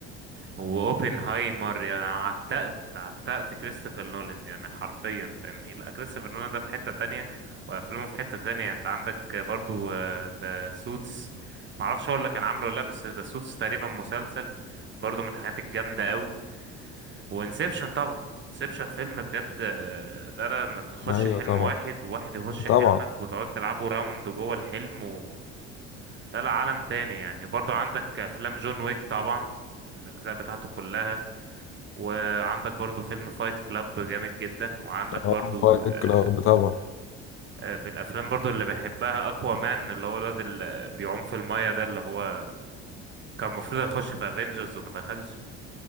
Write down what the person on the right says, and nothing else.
واوبنهايمر يعني أنا عتقت عتقت كريستوفر نولان يعني حرفيا فاهمني لا كريستوفر نولان ده في حتة تانية وافلامه في حتة تانية انت عندك برضو ذا سوتس معرفش هو اللي كان عامله ولا لا بس ذا سوتس تقريبا مسلسل برضو من الحاجات الجامدة قوي وانسبشن طبعا انسبشن فيلم بجد آه، ده لا انك تخش
حلم
واحد وواحد يخش
حلمك وتقعد تلعبوا راوند جوه الحلم و... ده لا عالم تاني يعني برضو عندك افلام جون ويك طبعا الاجزاء بتاعته كلها وعندك برضو فيلم فايت كلاب جامد جدا وعندك
برضو
آه،
آه، من الافلام برضو اللي بحبها اكوا مان اللي هو الواد اللي بيعوم في المايه ده اللي هو كان المفروض يخش في افنجرز وما دخلش